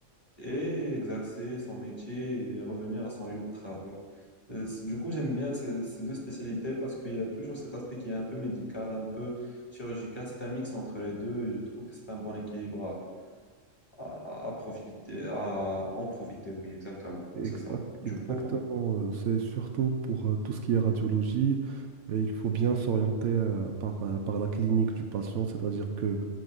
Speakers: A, on the left (about 25°); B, on the right (about 75°).
A: et exercer son métier et revenir à son lieu de travail. Euh, c- Du coup, j'aime bien ces, ces deux spécialités parce qu'il y a toujours cet aspect qui est un peu médical, un peu chirurgical. C'est un mix entre les deux et je trouve que c'est un bon équilibre à, à- à profiter, à en profiter. Oui, exactement.
B: Exact-
A: C'est ça. Du
B: exactement,
A: coup,
B: euh, c'est surtout pour euh, tout ce qui est radiologie, et il faut bien s'orienter euh, par, euh, par la clinique du patient, c'est-à-dire que